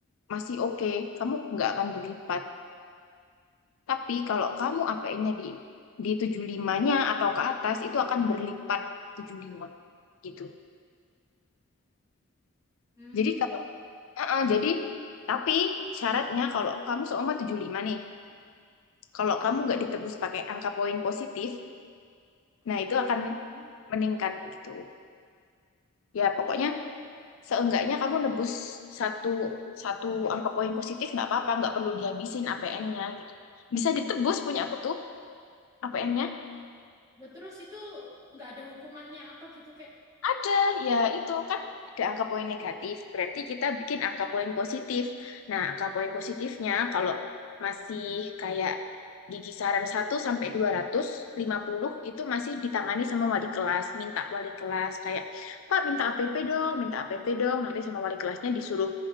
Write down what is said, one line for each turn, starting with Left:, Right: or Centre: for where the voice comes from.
Left: masih oke, kamu nggak akan berlipat. Tapi kalau kamu APN-nya di di 75-nya atau ke atas itu akan berlipat 75 gitu.
Right: Mm.
Left: Jadi kalau eh, eh, jadi tapi syaratnya kalau kamu seumpama 75 nih, kalau kamu nggak ditebus pakai angka poin positif, nah itu akan
Right: Mm-mm.
Left: meningkat gitu. Ya
Right: Oh.
Left: pokoknya seenggaknya kamu nebus satu satu angka poin positif nggak apa-apa nggak perlu dihabisin APN-nya gitu bisa ditebus punya aku tuh APN-nya
Right: Nah, terus itu nggak ada hukumannya apa gitu kayak.
Left: Ada, ya itu kan
Right: Oh,
Left: ada angka poin negatif, berarti kita bikin angka poin positif. Nah, angka poin positifnya kalau masih kayak di kisaran satu sampai dua ratus lima puluh itu masih ditangani sama wali kelas, minta wali kelas kayak, Pak minta
Right: Hmm.
Left: APP dong, minta APP dong, nanti sama wali kelasnya disuruh